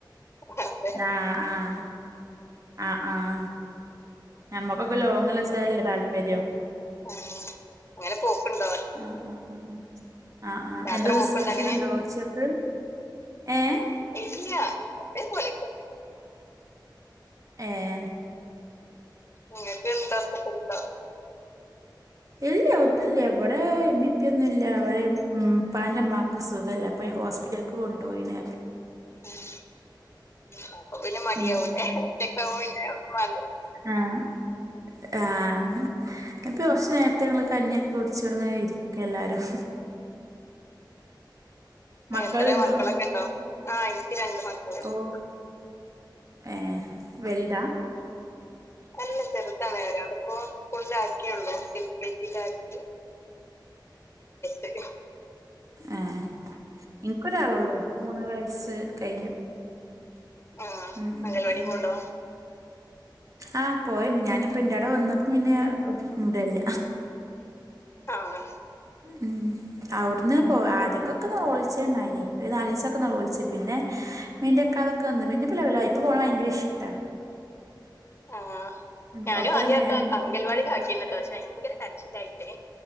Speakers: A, on the left; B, on the right.
A: <unintelligible> തെ
B: ആഹ് ആഹ് അഹ് ആഹ് ഞമ്മക്കൊക്കെ ലോങ്ങ് ല്ലെ സ്ഥലല്ലെ താല്പര്യം
A: ആഹ് അങ്ങനെ പോക്ക്ണ്ടോ
B: ആഹ് ആഹ് ആഹ് ആഹ് ആഹ്
A: യാത്ര
B: എന്തന്ന്
A: പോക്കുണ്ടോ
B: സ്പെഷ്യല്ണ്ടോ
A: അങ്ങനെ
B: ഒച്ചക്ക് ഏഹ്
A: ഇല്ല്യ എന്നത്തേ മ് പോലെ
B: ഏഹ്
A: ങ്ങക്ക് എന്താ സ്‌പെഷല് ണ്ടോ
B: ഇല്ല ഒന്നും ഇല്ല്യ ഇവിടെ ഇമ്മിപ്പൊന്നുംല്ല ഓര് ഇപ്പാന്റെ മ്മാ ക്ക്‌ സുഖല്ല അപ്പൊ ഹോസ്പിറ്റൽക്ക് കൊണ്ടോയിണ്
A: ഏഹ് അപ്പൊ പിന്നെ മടയാവുല്ലേ
B: ഉം
A: ഒറ്റക്കാവുമ്പോ പിന്നെ ഒന്നും മാണ്ടല്ലോ
B: ആഹ് ആഹ് നിപ്പി കൊർച്ച് നേരത്തെങ്ങള് കഞ്ഞി ഒക്കെ കുടച്ച് ഇവടെ ങ്ങനെ ഇരി ക്ക എല്ലാരും മക്കളുണ്ടോ
A: ഏഹ് എത്രേ മക്കളൊക്കെണ്ടോ ആഹ് ഇനിക്ക് രണ്ട് മക്കളുണ്ട്
B: ഓഹ് ഏഹ് വെൽതാ
A: അല്ല ചെറുതാ ഒരാളെ ഇപ്പൊ സ്കൂൾ ആക്കിയേള്ളൂ എൽ കെ ജി യിലാക്കി <unintelligible>
B: ആഹ് എനിക്ക് ഒരാളള്ളൂ മൂന്ന് വയസ് കഴിഞ്ഞു
A: ആ
B: ഉം ഉം
A: അംഗൻവാടി
B: ഉം
A: പോണ്ടോ
B: ആഹ് പോയണ്ട് ഞാനിപ്പ എന്റെ അടെ വന്നപ്പോ പിന്നെ മുടല്ല
A: ആഹ്
B: ഉം അവിടന്ന് പോ ആദ്യക്കൊക്കെ <unintelligible> ഉണ്ടായിനി ഒരു നാല് ദിവസൊക്ക <unintelligible> പിന്നെ മീന്റെയ ഒക്കെ അതൊക്കെ വന്ന് പിന്നെ ഇപ്പൊ ലെവലായ് ഇപ്പൊ പോകണ ഭയങ്കര ഇഷ്ടാ
A: ആഹ്
B: ഉം
A: ഞാനും
B: ഒപ്പരം
A: ആദ്യക്കെ
B: മേമ്
A: അങ്കൻവാടില ആക്കിന്നട്ടോ പക്ഷേ ഭയങ്കര കരച്ചില്ലായിട്ടേ